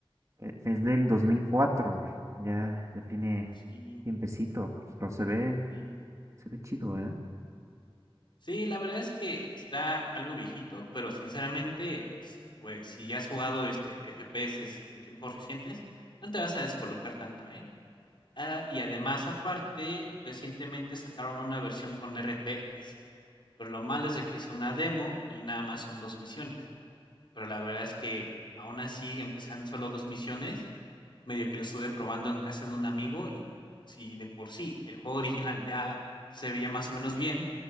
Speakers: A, on the right; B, on the left.
A: E- Es del 2004. Ya, ya tiene
B: Sí,
A: tiempecito. Pero se ve,
B: sí.
A: se ve chido, ¿eh?
B: Sí, la verdad es que está algo viejito, pero sinceramente, s- pues si ya has jugado este FPS en tiempos recientes, no te vas a descolocar tanto, ¿eh? Ah, y además, aparte, recientemente sacaron una versión con RTX. Pero lo malo es de que es una demo y nada más son dos misiones. Pero la verdad es que aún así, aunque sean solo dos misiones, medio que lo estuve probando en casa de un amigo y si de por sí el juego original ya se veía más o menos bien,